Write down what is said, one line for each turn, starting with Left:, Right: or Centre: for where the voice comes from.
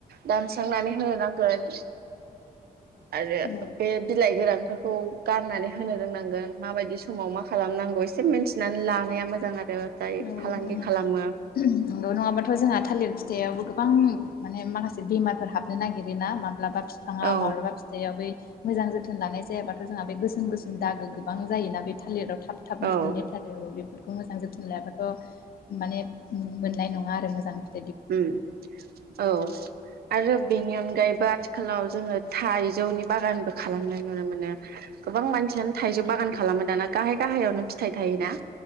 Right: दानस्रांनानै होनांगोन आरो
Left: औ
Right: बे बिलाइ गोरानफोर खौ गारनानै होनो रोंनांगोन माबायदि समाव मा खालामनांगौ एसे मिन्थिनानै लानाया मोजां आरो जाय
Left: औ
Right: फालांगि
Left: माने
Right: खालामो
Left: नंगौ नङाबाथ' जोंहा थालिर फिथाइआवबो गोबां माने माखासे बेमारफोर हाबनो नागिरो ना मा माब्लाबा फिफाङा
Right: औ
Left: माब्लाबा फिथाइआ बै मोजां जोथोन लानाय जायाबाथ' जोंहा बे गोसोम गोसोम दागो गोबां जायोना बे थालिराव था थाब थाबनो
Right: औ
Left: सनदेरथारो औ बेफोरख खौ मोजां जोथ लायाबाथ' माने मोननाय नङा आरो मोज जां
Right: उम औ आरो बेनि अनगायैब बो आथिखालाव जोङो थाइजौनि बागानबो खालामनाय नुनो मोनो। गोबां मानसियानो थाइजौ बागान खालामो दाना। गाहाय गाहायावनो फि थाइ थायोना